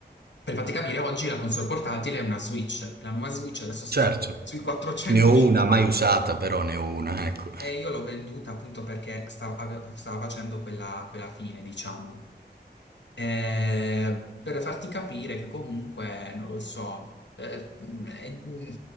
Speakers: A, on the left; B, on the right.
A: per farti capire, oggi la console portatile è una Switch, la nuova Switch adesso sta
B: Certo.
A: <laughs> sui 450.
B: Ne ho una, mai usata, però ne ho una, ecco.
A: E io l'ho venduta appunto perché sta- ave- stava facendo quella, quella fine, diciamo. Eh, per farti capire che comunque, non lo so, eh, mm, eh, mm,